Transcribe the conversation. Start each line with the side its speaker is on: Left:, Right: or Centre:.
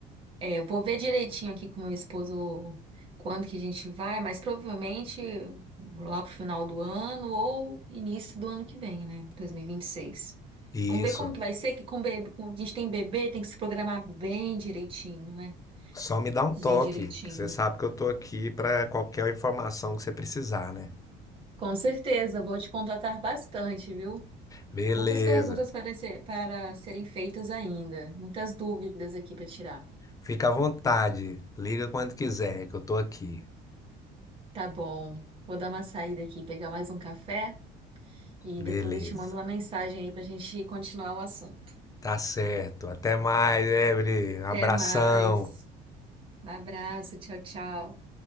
Right: É, eu vou ver direitinho aqui com meu esposo quando que a gente vai, mas provavelmente lá pro final do ano ou início do ano que vem, né? 2026.
Left: Isso.
Right: Vamos ver como que vai ser, que com bebê, com- a gente tem bebê, tem que se programar bem direitinho, né?
Left: Só me dá um toque,
Right: Bem direitinho.
Left: que você sabe que eu tô aqui pra qualquer informação que você precisar, né?
Right: Com certeza, vou te contratar bastante, viu?
Left: Beleza.
Right: Muitas perguntas para ser- para serem feitas ainda, muitas dúvidas aqui para tirar.
Left: Fica à vontade. Liga quando quiser, que eu tô aqui.
Right: Tá bom. Vou dar uma saída aqui, pegar mais um café. E
Left: Beleza.
Right: depois eu te mando uma mensagem aí pra gente continuar o assunto.
Left: Tá certo. Até mais, Evelyn.
Right: Até
Left: Abração.
Right: mais. Um abraço, tchau, tchau.